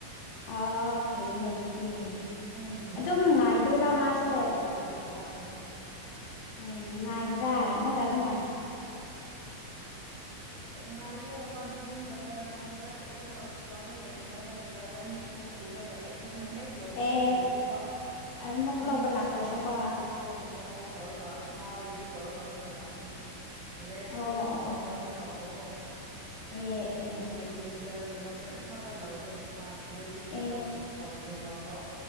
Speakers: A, on the left; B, on the right.
A: ꯑ ꯐꯩ ꯅ ꯑꯗꯨꯗꯤ
B: ꯎꯝ
A: ꯑꯗꯨꯝ
B: ꯑꯗꯨꯒꯨꯝꯕ
A: ꯉꯥꯏꯗꯣꯏꯔꯥ ꯃꯥꯁꯦ
B: ꯃꯥ ꯂꯩꯕ ꯌꯥꯝ ꯐꯥꯏꯅꯦ
A: ꯑꯦ ꯉꯥꯏꯕ꯭ꯔꯥ ꯅꯠꯇ꯭ꯔꯒꯅ
B: ꯉꯥꯏꯗꯦ ꯃꯥꯗꯤ ꯑꯗꯨꯝ ꯕꯖꯥꯔꯒꯨꯝꯕꯗ ꯑꯩꯈꯣꯏ ꯍꯣꯁꯄꯤꯇꯥꯜꯗ ꯂꯩꯔꯤꯉꯩꯗ ꯕꯖꯥꯔꯗ ꯑꯅꯤꯄ ꯄꯨ ꯄꯨꯔꯒ ꯑꯩ ꯑꯩꯈꯣꯏꯅ ꯍꯦꯛ ꯂꯣꯏꯁꯤ
A: ꯑꯦ
B: ꯍꯥꯏꯩꯗꯤꯀꯣ
A: ꯑꯗꯨꯃꯨꯛ
B: ꯑꯗꯨꯝ
A: ꯂꯧꯕ ꯂꯥꯛꯇꯣꯏꯕꯀꯣ
B: ꯐꯥꯏꯚ ꯃꯤꯅꯤꯠꯁ ꯕꯤꯐꯣꯔꯒꯨꯝꯕ ꯀꯣ ꯇꯧꯔꯒ ꯃꯥ ꯔꯦꯗꯤ ꯇꯧꯔꯒ ꯑꯃꯨꯛꯀ ꯂꯥꯛꯀꯅꯤ ꯔꯦꯠꯁꯨ
A: ꯑꯣ
B: ꯑꯗꯨꯝ
A: ꯑꯣ
B: ꯅꯣꯔꯃꯦꯜꯗ
A: ꯑꯣ
B: ꯂꯧꯕꯀꯣ
A: ꯑꯦ ꯑꯦ ꯑꯦ
B: ꯋꯦꯇꯤꯡ ꯆꯥꯔꯖꯀꯨꯝꯕ ꯀꯔꯤ ꯑꯃꯠꯇ ꯂꯧꯗꯦ ꯋꯦꯇꯤꯡꯁꯨ
A: ꯑꯦ
B: ꯇꯧꯗ꯭ꯦꯔꯤꯕ ꯀꯣ